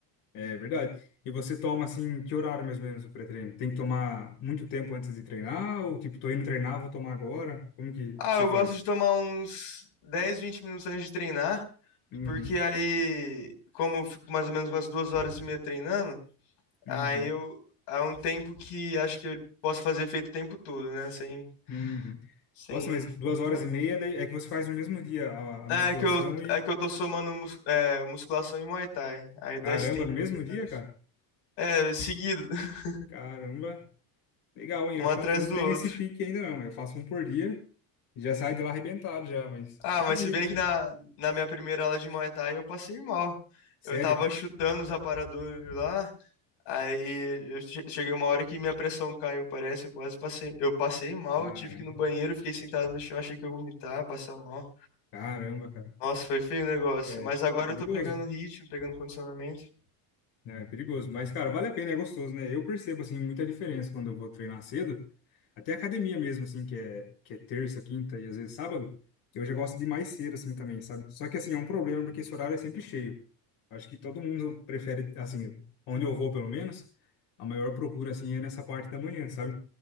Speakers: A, on the left; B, on the left.
A: É verdade. E você toma, assim, que horário mais ou menos o pré-treino? Tem que tomar muito tempo antes de treinar? Ou, tipo, tô indo treinar, vou tomar agora? Como que
B: Ah,
A: você
B: eu
A: faz?
B: gosto de tomar uns 10, 20 minutos antes de treinar,
A: Uhum,
B: porque aí, como eu fico mais ou menos umas duas horas e meia treinando, aí
A: uhum.
B: eu é um tempo que acho que eu posso fazer efeito o tempo todo, né? Sem,
A: Uhum.
B: sem
A: Nossa, mas duas horas
B: hora
A: e
B: contra-
A: meia daí é que você faz no mesmo dia a, a
B: É
A: musculação
B: que eu,
A: e.
B: é que eu tô somando mus- é, musculação e Muay Thai. Aí dá
A: Caramba,
B: esse tempo,
A: no mesmo
B: mais ou
A: dia,
B: menos.
A: cara?
B: É, seguido, <laughs>
A: Caramba. Legal, hein?
B: um
A: Eu acho
B: atrás
A: que eu não eu não
B: do
A: tenho
B: outro.
A: esse pique ainda, não. Eu faço um por dia e já saio de lá arrebentado já, mas
B: Ah,
A: admiro,
B: mas se bem
A: assim.
B: que na, na minha primeira aula de Muay Thai eu passei mal.
A: Sério?
B: Eu tava chutando os aparadores lá. Aí eu che- cheguei uma hora que minha pressão caiu, parece, eu quase passei. Eu passei mal,
A: Caramba,
B: tive que ir no banheiro, fiquei sentado no chão, achei que eu ia vomitar, passar mal.
A: caramba, cara.
B: Nossa, foi feio o negócio.
A: É
B: Mas agora
A: perigoso,
B: eu tô pegando ritmo, pegando condicionamento.
A: né? É perigoso. Mas, cara, vale a pena, é gostoso, né? Eu percebo, assim, muita diferença quando eu vou treinar cedo. Até academia mesmo, assim, que é, que é terça, quinta e às vezes sábado, eu já gosto de ir mais cedo, assim, também, sabe? Só que, assim, é um problema porque esse horário é sempre cheio. Acho que todo mundo prefere, assim, onde eu vou, pelo menos, a maior procura, assim, é nessa parte da manhã, sabe?